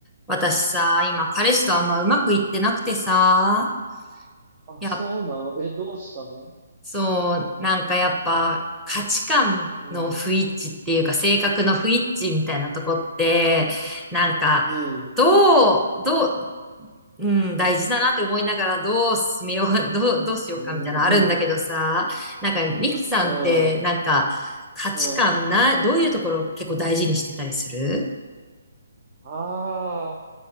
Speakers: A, in the centre; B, on the right.
A: 私さ、今彼氏とあんまうまくいってなくてさ、
B: あ、
A: やっ、
B: そうなのえ、どうしたの
A: そう、なんかやっぱ価値観の不一致っていうか性格の不一致みたいなとこって、
B: うん、
A: なんか、
B: うん、
A: どう、どう、うん、大事だなって思いながらどう進めよう、<laughs> どう、どうしようかみたいなのあるんだけどさ、
B: うん、
A: なんかリキさんってなんか価値観な、
B: うん、うん。
A: どういうところ結構大事にしてたりする
B: ああ、